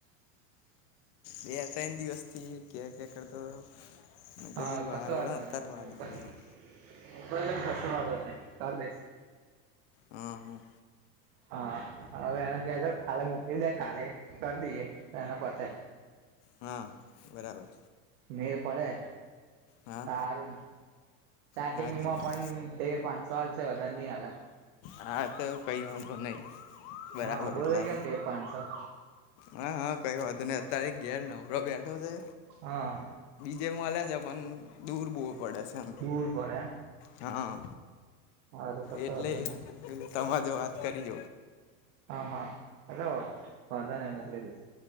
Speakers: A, on the left (about 60°); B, on the right (about 65°).
A: બે ત્રણ દિવસ થી કે કે કરતો હતો મેં કીધું
B: હા કસું
A: હારું
B: વાંધો
A: હેડો અત્યારે
B: નઈ
A: વાત
B: મોકલ
A: કરી લઉં
B: મોકલી જો કસું વાંધો નઈ કર દેશ
A: હા-હા
B: હા હવે એને કેજો કાલે મોકલી દે કાલે કરી દઈએ તો એને પતે
A: હા બરાબર.
B: મેડ પડે
A: હા
B: આરુ સ્ટાર્ટિંગમાં
A: હાચી વાત
B: પણ તેર પાંચસો હાલસે બધારે ની આલે
A: હા તો કઈ વાધો નહી બરાબર
B: હા બો
A: એટલા
B: થઈ ગયા ને તેર પાંચસો
A: હા-હા કઈ વાંધ નહી અત્યારે ઘેર નવરો બેઠો છે.
B: હા
A: જે મલે છે, પણ દૂર બો પડે એમ
B: દૂર પડે એમ
A: હા
B: હારું કશો
A: એટલે
B: વાંધો નહી
A: તમા જો વાત કરીજ
B: હા-હા હલો વાધાને મોકલી દે